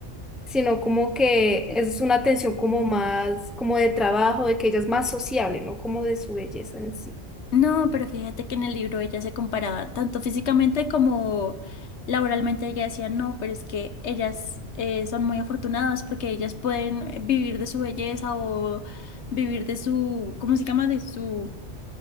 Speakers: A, in the centre; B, on the left (about 65°).
A: sino como que es una tensión como más, como de trabajo, de que ella es más sociable, no como de su belleza en sí.
B: No, pero fíjate que en el libro ella se comparaba tanto físicamente como laboralmente. Ella decía, no, pero es que ellas eh, son muy afortunadas porque ellas pueden eh, vivir de su belleza o vivir de su, ¿cómo se llama? De su,